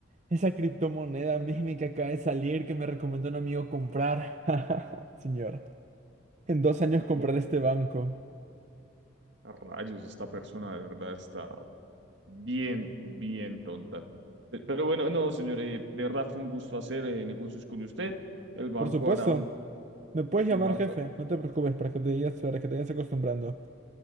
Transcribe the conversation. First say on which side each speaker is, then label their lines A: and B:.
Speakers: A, on the right; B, on the right.
A: esa criptomoneda meme que acaba de salir que me recomendó un amigo comprar. <laughs> Señor, en dos años compraré
B: Buah,
A: este banco.
B: a rayos, esta persona de verdad está Bien, bien tonta. Pe- Pero bueno, no, señor, eh, de verdad fue un gusto hacer eh, negocios con usted. El banco
A: Por supuesto,
B: hará un,
A: me puedes llamar
B: el banco,
A: jefe, no te preocupes para que te digas, para que te vayas acostumbrando.